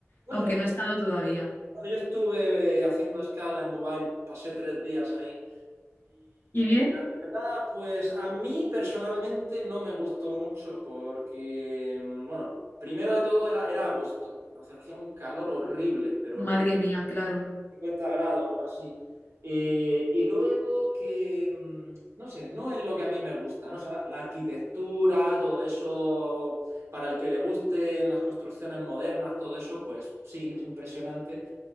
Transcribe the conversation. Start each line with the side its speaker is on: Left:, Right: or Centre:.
Right: Bueno,
Left: aunque no he estado todavía.
Right: cuando yo estuve eh, haciendo escala en Dubái, pasé tres días ahí.
Left: ¿Y bien?
Right: La verdad, pues a mí personalmente no me gustó mucho porque, mm, bueno, primero de todo era, era agosto, entonces hacía un calor horrible, pero
Left: Madre
Right: horrible.
Left: mía, claro.
Right: cincuenta grados o así. Eh, y luego que, mm, no sé, no es lo que a mí me gusta, ¿no? O sea, la arquitectura, todo eso, para el que le gusten las construcciones modernas, todo eso, pues sí, es impresionante,